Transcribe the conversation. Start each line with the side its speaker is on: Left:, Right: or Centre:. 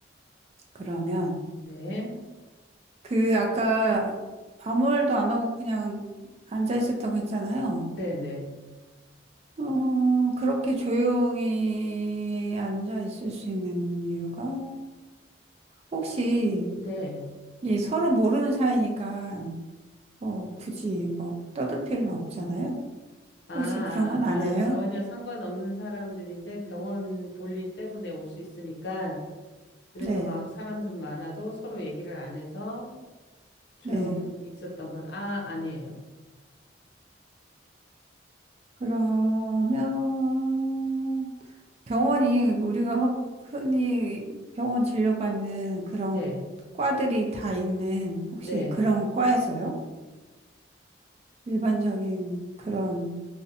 Right: 그러면
Left: 네,
Right: 그 아까 아무 말도 안 하고 그냥 앉아 있었다고 했잖아요.
Left: 네, 네,
Right: 어, 그렇게 조용히 앉아 있을 수 있는 이유가 혹시
Left: 네.
Right: 이 서로 모르는 사이니까 뭐 굳이 뭐 떠들 필요는 없잖아요.
Left: 아, 아,
Right: 혹시 그런 건 아니에요?
Left: 아, 전혀 상관없는 사람들인데 병원 볼일 때문에 올 수 있으니까 그래서
Right: 네,
Left: 막 사람들 많아도 서로 얘기를 안 해서 조용히
Right: 네.
Left: 있었던 건, 아, 아니에요.
Right: 그러면 병원이 우리가 허- 흔히 병원 진료받는 그런
Left: 네,
Right: 과들이 다 있는 혹시
Left: 네.
Right: 그런 과에서요? 일반적인 그런